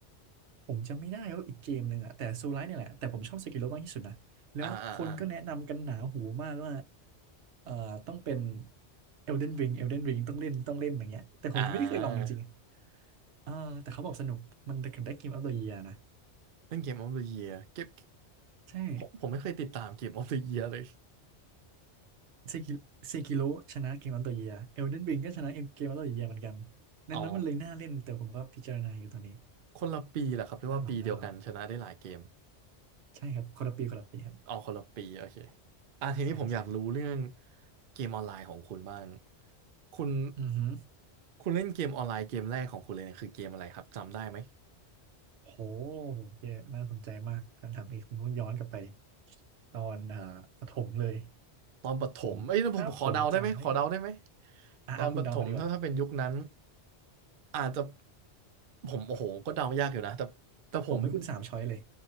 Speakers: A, on the right; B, on the right.
A: ผมจำไม่ได้ว่าอีกเกมหนึ่งอะแต่โซลไลท์เนี่ยแหละแต่ผมชอบเซกิโรมากที่สุดนะแล้วคนก็แนะนำกันหนาหูมากว่า
B: อ่าอ่าอ่า
A: เอ่อต้องเป็น Elden Ring Elden Ring ต้องเล่นต้องเล่นอย่างเงี้ยแต่ผมยังไม่ได้เคยลองจริงๆอะ
B: อ่า
A: เออแต่เขาบอกสนุกมันถึงได้เกมอั t ตัวเยียนะ
B: เล่นเกมออฟเดอียเก็บ
A: ใช่
B: ผมผมไม่เคยติดตามเกมออฟเดอียเลย
A: เซกิเซกิโรชนะเกมอั t ตัวเยีย Elden Ring ก็ชนะเกมอั t ตัวเยียเหมือนกันดังนั้นมันเลยน่าเล่นแต่ผมก็พิจารณาอยู่ตอนนี้
B: อ๋อคนละปีแหละครับเรียว่าปีเดียวกันชนะได้หลายเกม
A: น่าลองน่าลองใช่ครับคนละปีคนละปีครับ
B: อ๋อคนละปีโอเคอ่ะทีนี้ผมอยากรู้เรื่อง
A: ใช่ใช่
B: เกมออนไลน์ของคุณบ้างคุณ
A: อือฮึ
B: คุณเล่นเกมออนไลน์เกมแรกของคุณเลยเนี่ยคือเกมอะไรครับจำได้ไหม
A: โหเยอะน่าสนใจมากคำถามนี้ผมต้องย้อนกลับไปตอนอ่าประถมเลย
B: ตอนประถมเอ้ยแล้วผมขอเดาได้ไหมขอเดาได้ไหม
A: ผมถ้าผมจำไม่อ่าคุณเดามาดีกว่า
B: ตอนประถมถ้าถ้าเป็นยุคนั้นอาจจะผมโอ้โหก็เดายากอยู่นะแต่แต่ผม
A: ผมให้คุณสามช้อยเลย